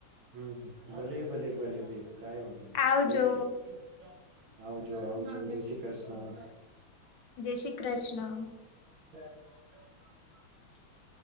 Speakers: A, on the right (about 70°); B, on the left (about 65°).
A: હમ ભલે ભલે ભલે બેન કઈ વાંધોની
B: આવજો
A: ઓકે ઓકે આવજો આવજો જય શ્રી કૃષ્ણ
B: જય શ્રી કૃષ્ણ
A: <inaudible> <inaudible>